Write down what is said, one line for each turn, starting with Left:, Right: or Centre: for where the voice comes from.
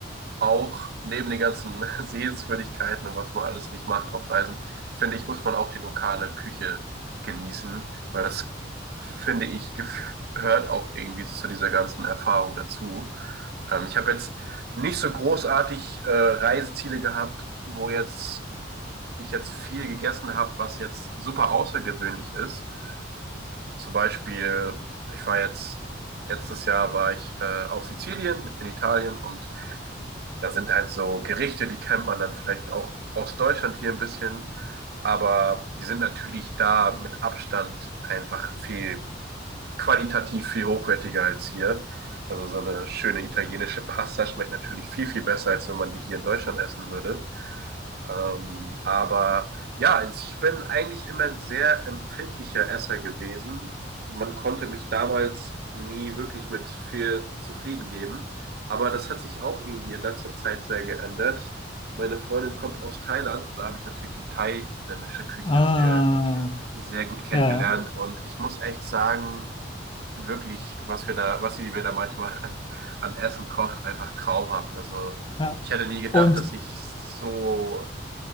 Right: auch neben den ganzen <laughs> Sehenswürdigkeiten und was man alles nicht macht auf Reisen, finde ich, muss man auch die lokale Küche genießen, weil das, finde ich, gef- gehört auch irgendwie zu dieser ganzen Erfahrung dazu. Ähm, ich habe jetzt nicht so großartig äh, Reiseziele gehabt, wo jetzt ich jetzt viel gegessen habe, was jetzt super außergewöhnlich ist. Zum Beispiel, ich war jetzt, letztes Jahr war ich äh, auf Sizilien in Italien und da sind halt so Gerichte, die kennt man dann vielleicht auch aus Deutschland hier ein bisschen, aber die sind natürlich da mit Abstand einfach viel qualitativ viel hochwertiger als hier. Also so eine schöne italienische Pasta schmeckt natürlich viel, viel besser, als wenn man die hier in Deutschland essen würde. Ähm, aber ja, also ich bin eigentlich immer ein sehr empfindlicher Esser gewesen. Man konnte mich damals nie wirklich mit viel zufrieden geben. Aber das hat sich auch irgendwie in letzter Zeit sehr geändert. Meine Freundin kommt aus Thailand und da habe ich natürlich die thailändische Küche
Left: Ah,
Right: sehr, sehr gut kennengelernt.
Left: ja,
Right: Und ich muss echt sagen, wirklich, was wir da, was sie mir da manchmal <laughs> an Essen kocht, einfach traumhaft. Also
Left: ja.
Right: ich hätte nie gedacht,
Left: Und
Right: dass ich so